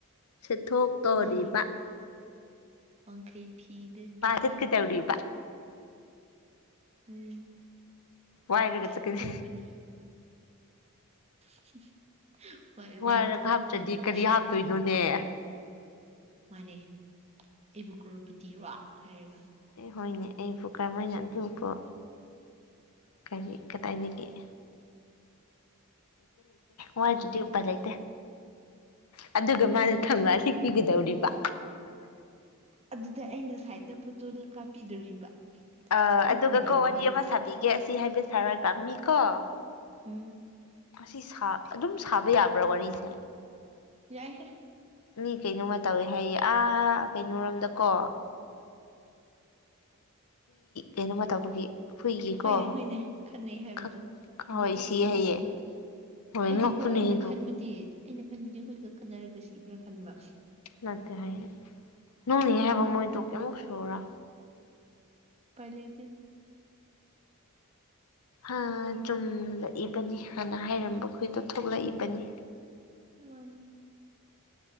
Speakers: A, on the left; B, on the right.
A: ꯁꯦꯊꯣꯛꯇꯣꯔꯤꯕ
B: ꯃꯥꯅꯤ ꯃꯥꯅꯤ ꯋꯥꯡꯈꯩ ꯐꯤꯗꯒꯤ
A: ꯆꯠꯀꯗꯧꯔꯤꯕ
B: ꯎꯝ
A: ꯋꯥꯏꯔꯒ
B: ꯆꯠꯇꯣꯔꯤꯕꯅꯤ
A: ꯆꯠꯀꯅꯤ
B: <inaudible> ꯍꯣꯏ ꯔꯦꯟꯇꯦꯜ
A: ꯋꯥꯏꯔꯒ ꯍꯥꯞꯇ꯭ꯔꯗꯤ
B: ꯔꯦꯟꯇꯦꯜ
A: ꯀꯔꯤ
B: ꯁꯣꯞꯇ
A: ꯍꯥꯞꯇꯣꯏꯅꯣꯅꯦ ꯑꯦ
B: ꯃꯥꯅꯦ ꯑꯩꯕꯨ ꯀꯔꯣꯄꯇꯤꯔꯣ ꯍꯥꯏꯔꯒ
A: ꯑꯦ ꯍꯣꯏꯅꯦ ꯑꯩꯕꯨ ꯀꯔꯝꯍꯥꯏꯅ ꯑꯗꯨꯕꯨ ꯀꯔꯤ ꯀꯗꯥꯥꯏꯗꯒꯤꯗꯒꯤꯦ ꯋꯥꯏꯗ꯭ꯔꯗꯤ ꯎꯄꯥꯏ ꯂꯩꯇꯦ ꯑꯗꯨꯒ
B: ꯎꯝ
A: ꯃꯥꯅ ꯊꯝꯕꯥꯜ ꯍꯦꯛꯄꯤꯒꯗꯧꯔꯤꯕ
B: ꯑꯗꯨꯗ ꯑꯩꯅ ꯁꯥꯏꯗ ꯐꯣꯇꯣꯜ ꯀꯥꯞꯄꯤꯗꯣꯔꯤꯕ
A: ꯑ
B: ꯑꯩ
A: ꯑꯗꯨꯒ
B: ꯄꯨꯔꯣꯏꯗ꯭ꯔꯣ
A: ꯀꯣ ꯋꯥꯔꯤ
B: ꯍꯥꯏꯁꯦ
A: ꯑꯃ ꯁꯥꯕꯤꯒꯦ ꯑꯁꯤ ꯍꯥꯏꯕ ꯁꯥꯔ ꯀꯥꯝꯃꯤꯀꯣ
B: ꯎꯝ
A: ꯁꯤ ꯑꯗꯨꯝ ꯁꯥꯕ ꯌꯥꯕ꯭ꯔꯥ ꯋꯥꯔꯤꯁꯦ
B: ꯌꯥꯏ ꯍꯦ
A: ꯃꯤ ꯀꯩꯅꯣꯃ ꯇꯧꯋꯤ ꯍꯥꯏꯌꯦ ꯑꯥ ꯀꯩꯅꯣꯣꯔꯣꯝꯗꯀꯣ ꯀꯩꯅꯣꯃ ꯇꯧꯕꯒꯤ ꯍꯨꯏꯒꯤꯀꯣ
B: ꯍꯣꯏꯅꯦ ꯍꯣꯏꯅꯦ ꯈꯠꯅꯩ ꯍꯥꯏꯕꯗꯣ
A: ꯈꯛ ꯍꯣꯏ
B: ꯑꯗꯨꯗ ꯁꯤ
A: ꯍꯥꯏꯌꯦ
B: ꯍꯥꯏꯕꯗꯣ
A: ꯍꯣꯏ
B: ꯑꯩꯗꯤꯀꯣ
A: ꯉꯛꯄꯅꯦꯗꯣ
B: ꯑꯩꯅ ꯈꯟꯕꯗꯤ ꯑꯩꯅ ꯈꯟꯕꯗꯤ ꯍꯨꯣꯏꯒ ꯈꯠꯟꯅꯔꯒ ꯁꯤꯕ꯭ꯔꯥ ꯈꯟꯕ
A: ꯅꯠꯇꯦ ꯍꯥꯏꯌꯦ ꯅꯣꯡꯅꯦ ꯍꯥꯏꯕ ꯃꯣꯏꯗꯨ ꯀꯩꯃꯨꯛ ꯁꯨꯔ
B: ꯎꯄꯥꯏ ꯂꯩꯇꯦ
A: ꯍꯥ ꯆꯨꯝꯂꯛꯏꯕꯅꯤ ꯍꯥꯟꯅ ꯍꯥꯏꯔꯝꯕ ꯈꯣꯏꯗꯣ ꯊꯣꯛꯂꯛꯏꯕꯅꯤ
B: ꯋꯥ